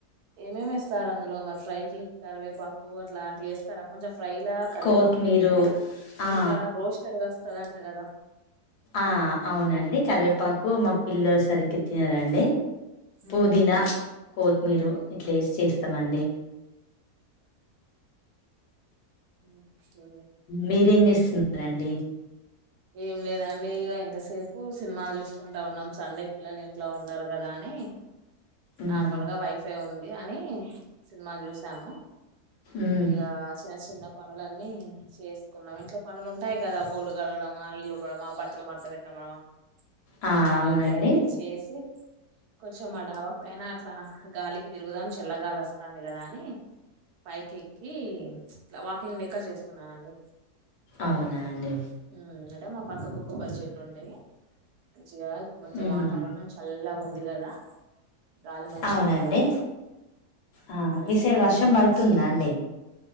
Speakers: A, on the right (about 80°); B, on the left (about 80°).
A: ఏమేమిస్తారు అందులో మరి ఫ్రైకి కరివేపాకు అట్లాంటివి వేస్తారు కొంచెం ఫ్రై లా కరివేపాక
B: కోత్మీరు
A: వేస్తే
B: ఆ
A: ఇంకా రోస్టెడ్గా వస్తుందంట కదా
B: ఆ అవునండి కరివేపాకు మా పిల్ల సరిగ్గా తినారండి పుదీనా
A: ఉహు
B: కొత్తిమీర ఇట్లా వేసి చేస్తామండి
A: ఓకే
B: మీరేం చేస్తున్నారాండి
A: ఏం లేదండి ఇ ఇంతసేపు సినిమాలు చూసుకుంటా ఉన్నాం సండే పిల్లలు ఇంట్లో ఉన్నారు కదా అని
B: ఉమ్
A: నార్మల్గా వైఫై ఉంది అని సినిమాలు చూసాము
B: ఉమ్
A: ఇగా చిన్న చిన్న పనులన్నీ చేసుకున్నాం ఇంట్లో పనులు ఉంటాయి కదా బోలు కలగడం ఇల్లు ఉడడంమా బట్టలు మత పెట్టమనమా
B: ఆ
A: అట్లాంటి
B: అవునండి
A: అన్నీ చేసి కొంచెం ఆ డాబ పైన అట్లా గాలికి తిరుగుదాం చల్లగాలి వస్త వస్తుంది కదా అని పైక్ ఎక్కి వాకింగ్ లెక్క చేస్తున్నానండి
B: అవునా అండి
A: ఉహ్ అంటే మా పక్కకు కొబ్బరి చెట్లు ఉంటాయి మంచిగా ఇడు కొంచెం
B: ఉమ్
A: వాతావరణం చల్ల ఉంది కదా గాలి మంచిగా
B: అవునండి
A: ఉన్నదని
B: ఆ
A: అట్లా
B: మీ
A: చల్లగాలికి
B: సైడ్ వర్షం పడుతుందా
A: వచ్చి
B: అండి